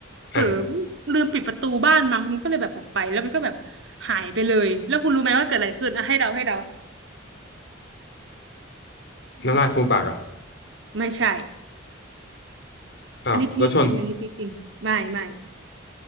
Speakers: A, on the right; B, on the left.
A: เผลอ
B: อ่า
A: ลืมปิดประตูบ้านมั้งมันก็เลยแบบออกไปแล้วมันก็แบบหายไปเลยแล้วคุณรู้ไหมว่าเกิดอะไรขึ้นอ่ะให้เดาให้เดา
B: น้ำลายฟูมปากเหรอ่ะ
A: ไม่ใช่
B: อ้าวแล้วชน
A: อันนี้พีคจริงอันนี้พีคจริงไม่ไม่